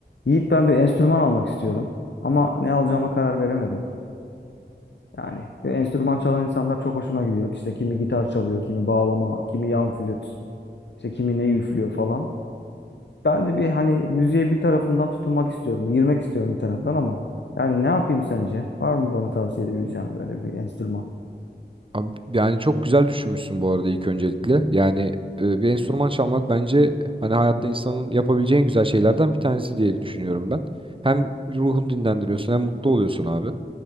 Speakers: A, on the left (about 80°); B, on the right (about 30°).
A: Yiğit ben bir enstrüman almak istiyorum ama ne alacağıma karar veremedim. Yani bir enstrüman çalan insanlar çok hoşuma gidiyor. İşte kimi gitar çalıyor, kimi bağlama, kimi yan flüt, işte kimi ne üflüyor falan. Ben de bir hani müziğe bir tarafından tutunmak istiyorum, girmek istiyorum bir taraftan ama yani ne yapayım sence? Var mı bana tavsiye edebileceğim böyle bir enstrüman?
B: Abi, yani çok güzel düşünmüşsün bu arada ilk öncelikle. Yani e, bir enstrüman çalmak bence hani hayatta insanın yapabileceği en güzel şeylerden bir tanesi diye düşünüyorum ben. Hem ruhunu dinlendiriyorsun hem mutlu oluyorsun abi.